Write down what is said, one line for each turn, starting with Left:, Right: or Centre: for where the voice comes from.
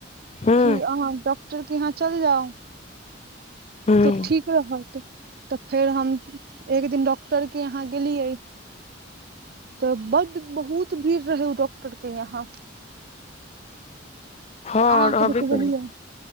Left: हूँ
Right: कि अहाँ डॉक्टरके यहाँ चलि जाउ
Left: हूँ
Right: तऽ ठीक रहत तऽ फेर हम एक दिन डॉक्टरके यहाँ गेलियै तऽ बड्ड बहुत भीड़ रहै ओ डॉक्टर के यहाँ
Left: हँ
Right: तऽ आँख
Left: रहबे
Right: देखबेलियै
Left: करै